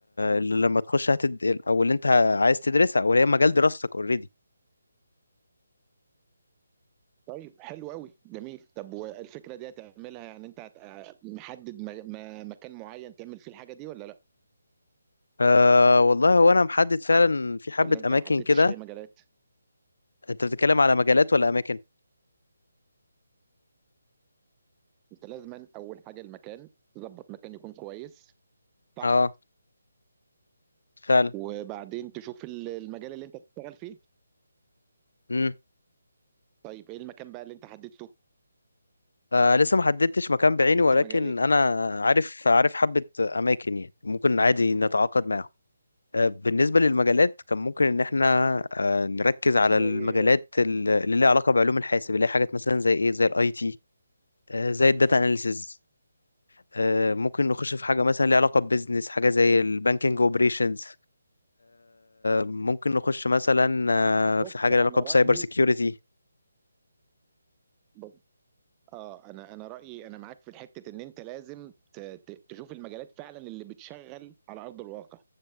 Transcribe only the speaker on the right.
طيب حلو قوي جميل طب والفكره دي هتعملها يعني انت هت... محدد م... م... مكان معين تعمل فيه الحاجه دي ولا لا
ولا انت
ما حددتش
اي مجالات
انت لازما اول حاجه المكان تظبط مكان يكون كويس صح
وبعدين تشوف ال- المجال اللي انت هتشتغل فيه
طيب ايه المكان بقى اللي انت حددته
حددت
مجال ايه
زي
بص
انا
رايي
بص اه انا انا رايي انا معاك في الحته ان انت لازم ت- ت- تشوف المجالات فعلا اللي بتشغل على ارض الواقع